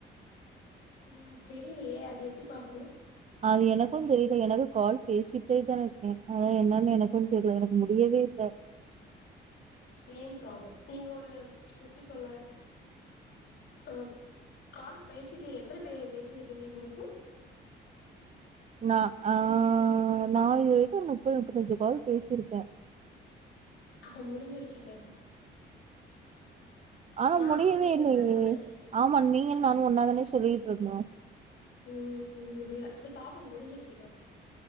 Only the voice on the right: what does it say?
அது எனக்கூ தெரியல எனக்கு கால் பேசிட்டே தான இருக்கே அதானல என்னன்னு எனக்கு தெரியல எனக்கு முடியவே இல்ல
நா அ நாதுவரைக்கு முப்பது முப்பத்தஞ்சு கால் பேசிருக்கே
ஆனா
முடியவே
இல்லயே
ஆமா நீங்க நானு ஒன்னாதானே சொல்லிட்டு இருந்தோ